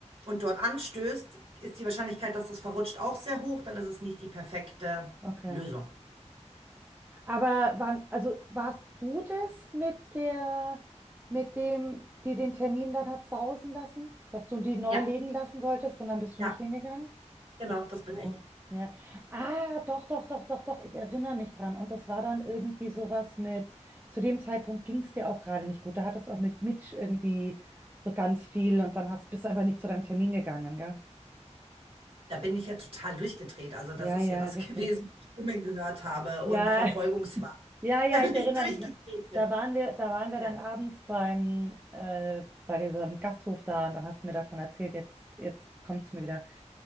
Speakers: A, on the right; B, on the right.
A: und dort anstößt, ist die Wahrscheinlichkeit, dass das verrutscht, auch sehr hoch. Dann ist es nicht die perfekte
B: okay.
A: Lösung.
B: Aber wann, also warst du das mit der, mit dem, die den Termin dann hat sausen lassen, dass du die neu
A: Ja,
B: legen lassen solltest und dann bist du
A: ja,
B: nicht hingegangen?
A: genau,
B: Das warst
A: das bin
B: du.
A: ich.
B: Ja. Ah, doch, doch, doch, doch, doch. Ich erinnere mich dran. Und das war dann irgendwie sowas mit, zu dem Zeitpunkt ging es dir auch gerade nicht gut. Da hattest du auch mit Mitch irgendwie so ganz viel und dann hast, bist du einfach nicht zu deinem Termin gegangen, gell?
A: Da bin ich ja total durchgedreht. Also das
B: Ja,
A: ist
B: ja,
A: ja das
B: richtig.
A: <laughs> gewesen, was ich Stimmen gehört habe
B: Ja,
A: und Verfolgungswahn,
B: <laughs> ja,
A: <laughs>
B: ja,
A: weil
B: ich erinnere
A: ich durchgedreht
B: mich noch.
A: bin.
B: Da waren wir, da waren wir
A: Ja,
B: dann abends beim, äh, bei diesem Gasthof da und dann hast du mir davon erzählt, jetzt, jetzt kommt es mir wieder.